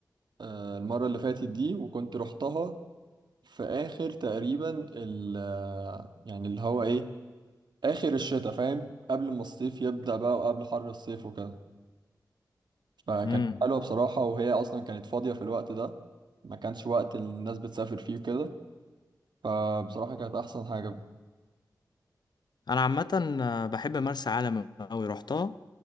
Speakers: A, on the right; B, on the left.
A: آه، المره اللي فاتت دي وكنت رحتها في اخر تقريبا ال آه، يعني اللي هو ايه اخر الشتاء فاهم قبل ما الصيف يبدأ بقى وقبل حر الصيف وكده فكانت
B: امم
A: حلوة بصراحة وهي اصلا كانت فاضية في الوقت ده ما كانش وقت الناس بتسافر فيه وكده فبصراحة كانت احسن حاجة
B: انا عامه بحب مرسى علم قوي رحتها